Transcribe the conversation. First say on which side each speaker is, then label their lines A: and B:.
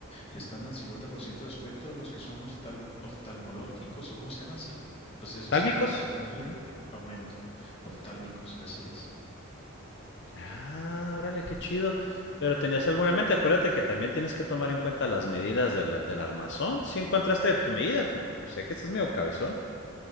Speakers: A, on the left; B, on the left.
A: están al 50% de descuento, los que son oftal- oftalmológicos o ¿cómo se llaman? Sí, pues
B: ¿Oftálmicos?
A: esos, para ponerle
B: Ujú.
A: aumento, oftálmicos, así es.
B: Ah, órale, qué chido. Pero tenías algo en mente. Acuérdate que también tienes que tomar en cuenta las medidas de la- del armazón. Si encontraste tu medida, porque pues sé que estás medio cabezón.